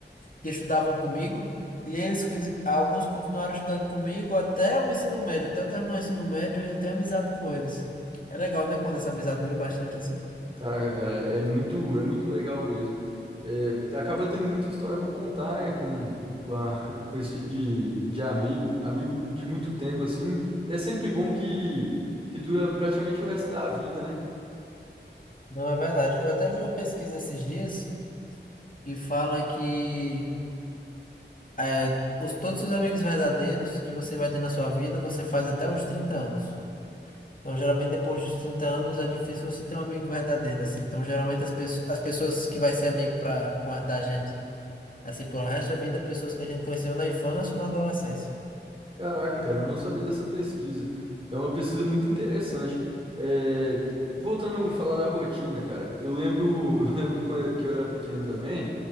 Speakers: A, on the left (about 45°); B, on the right (about 30°).
A: que estudavam comigo. E eles, alguns continuaram estudando comigo até o ensino médio. Até eu terminar o ensino médio, eu ainda tenho amizade com eles. É legal, né? Quando essa amizade dura bastante assim.
B: Caraca, cara, é muito, é muito legal mesmo. É, acaba tendo muita história pra contar, né, com, com, a- <laughs> com esse tipo de, de amigo, amigo de muito tempo, assim. E é sempre bom que, que dura praticamente o resto da vida, né?
A: Não, é verdade. Eu até vi uma pesquisa esses dias que fala que é, os, todos os amigos verdadeiros que você vai ter na sua vida, você faz até os 30 anos. Então, geralmente, depois dos 30 anos, é difícil você ter um amigo verdadeiro, assim. Então, geralmente, as, pe as pessoas que vai ser amigo pra, com a- da gente, assim, pelo resto da vida, pessoas que a gente conheceu na infância ou na adolescência.
B: Caraca, cara, eu não sabia dessa pesquisa. É uma pesquisa muito interessante. É, Voltando a falar da rotina, cara, eu lembro, <laughs> eu lembro que quando eu que eu era pequeno também,